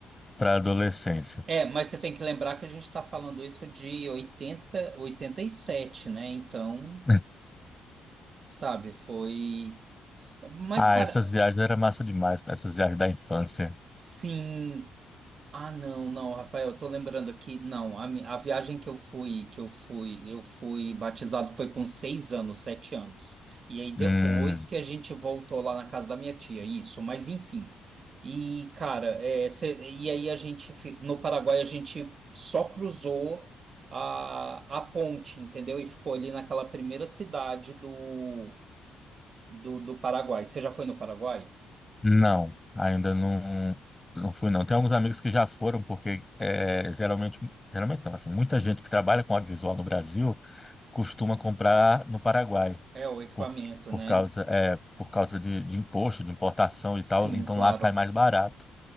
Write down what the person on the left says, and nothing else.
para adolescência.
<laughs>
Ah,
essas viagens eram massa demais, essas viagens da infância.
Hum.
Não, ainda não, não fui não. Tem alguns amigos que já foram, porque é, geralmente, geralmente não, assim, muita gente que trabalha com audiovisual no Brasil costuma comprar no Paraguai,
por, por
causa, é, por causa de, de imposto, de importação e tal,
então
lá sai mais barato.